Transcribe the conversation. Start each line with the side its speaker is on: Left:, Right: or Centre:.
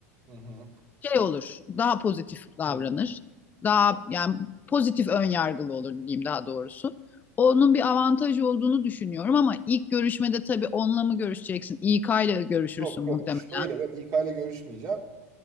Right: Hı hı.
Left: şey olur, daha pozitif davranır.
Right: Hı.
Left: Daha yani pozitif ön yargılı olur diyeyim daha doğrusu. Onun bir avantajı olduğunu düşünüyorum ama ilk görüşmede tabii onunla mı görüşeceksin? İK ile görüşürsün
Right: Yok
Left: muhtemelen.
Right: yok şöyle yok İK ile görüşmeyeceğim.